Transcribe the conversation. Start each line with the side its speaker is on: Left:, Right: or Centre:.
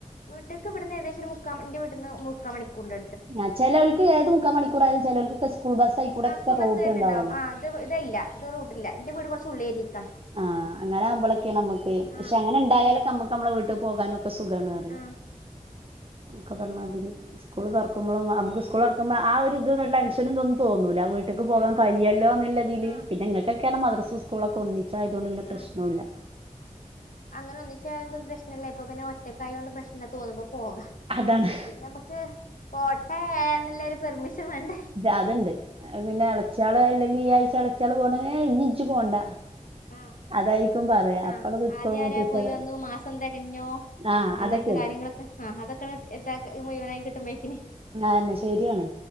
Left: വീട്ട്ക്ക് ഇവിടുന്ന് ഏകദേശം ഒരു മുക്കാമ എന്റെ വീട്ടിന്ന് മുക്കാ മണിക്കൂർണ്ട്
Right: ആഹ് ചിലവൾക്ക് ഏത് മുക്കാ മണിക്കൂറയാലും ചിലവൾക്കൊക്കെ സ്കൂൾ ബസ് ആയി കൂടെ
Left: ആ
Right: ഒക്കെ
Left: സ്കൂൾ ബസ്
Right: റോട്ടുണ്ടാവുവല്ലോ
Left: വരലുണ്ടാവും ആ ഇത് ഇതല്ല ഇത് റൂട്ടില്ല ഇന്റെ വീട് കുറച്ച് ഉള്ളേരിക്കാണ്
Right: ആഹ് അങ്ങനെ ആകുമ്പളോക്കെ നമുക്ക് പക്ഷേ
Left: ആ
Right: അങ്ങനെ ഉണ്ടായാലൊക്കെ നമുക്ക് നമ്മളെ വീട്ടിൽ പോകാനും ഒക്കെ സുഖമാണറി
Left: ആ
Right: ഒക്കെ പറഞ്ഞാതിരി സ്കൂൾ തുറക്കുമ്പോളും നമുക്ക്‌ സ്കൂൾ തുറക്കുമ്പോ ആഹ് ഒരു ഇതുള്ള ടെൻഷനും ഇതൊന്നും തോന്നുല്ല വീ ട്ട്ക്ക്‌
Left: ഉം
Right: പോവാൻ കഴിയല്ലോ എന്നല്ലതില്
Left: ആ
Right: പിന്നെങ്ങക്കെക്കെയാണ് മദ്രസോ സ്കൂളോക്കെ ഒന്നി ച്ചായതൊണ്ട് പിന്നെ പ്രശ്നോല്ല
Left: ആ അങ്ങനെ ഒന്നിച്ചയൊണ്ട് പ്രശനോല്ല ഇപ്പൊ പിന്നെ ഒറ്റക്കായൊണ്ട് പ്രശ്നോ തോന്നുമ്പോ പോകാം
Right: അതാണ്
Left: മറ്റേത് നമുക്ക് പോട്ടെ എന്നുള്ളരു പെർമിഷൻ വേണ്ടേ
Right: അതുണ്ട് പിന്നെ ഇളച്ചയാള് ഇല്ലെങ്കിൽ ഈ ആഴ്ച ഇളച്ചയാള് പോകണെങ്കിൽ ഏയ് ഇനി ജ്ജ് പോണ്ട
Left: ആഹ്
Right: അതായിരിക്കും പറയാ
Left: ആഹ്
Right: അപ്പടെ നിക്കും
Left: ആദ്യ
Right: മൂത്തച്ചികള്
Left: ആരാ പോയി വന്നു മാസം തികഞ്ഞോ
Right: ആഹ്
Left: അങ്ങനത്തെ
Right: അതൊക്കെയാണ്
Left: കാര്യങ്ങളൊക്കെ ആഹ് അതൊക്കെയാണ് ഇതക്കി മുഴുവനായി കിട്ടുമ്പോഴേക്കിന്
Right: ആതന്നെ ശരിയാണ്